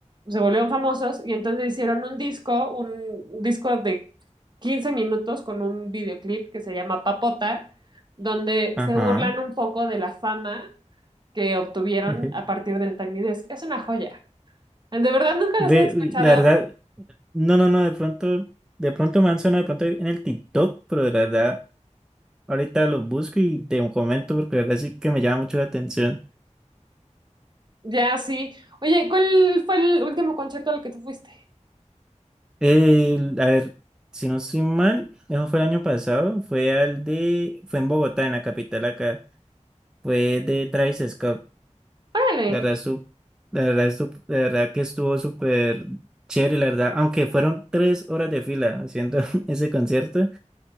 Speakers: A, on the right (about 35°); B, in the centre.
A: se volvieron famosos y entonces hicieron un disco, un disco de 15 minutos con un videoclip que se llama Papota, donde
B: Ajá.
A: se burlan un poco de la fama que obtuvieron
B: <laughs>
A: a partir del Tiny Desk. Es una joya. De verdad, nunca
B: Ve,
A: los he escuchado.
B: uy, la verdad, no, no, no, de pronto, de pronto me han sonado de pronto en el TikTok, pero de la verdad, ahorita los busco y te comento porque la verdad sí que me llama mucho la atención.
A: Ya, sí. Oye, ¿cuál fue el último concierto al que tú fuiste?
B: El- a ver, si no estoy mal, eso fue el año pasado, fue al de, fue en Bogotá, en la capital acá, fue de Travis Scott.
A: Órale.
B: La verdad, estu- la verdad, estu- la verdad que estuvo súper chévere, la verdad. Aunque fueron tres horas de fila haciendo <laughs> ese concierto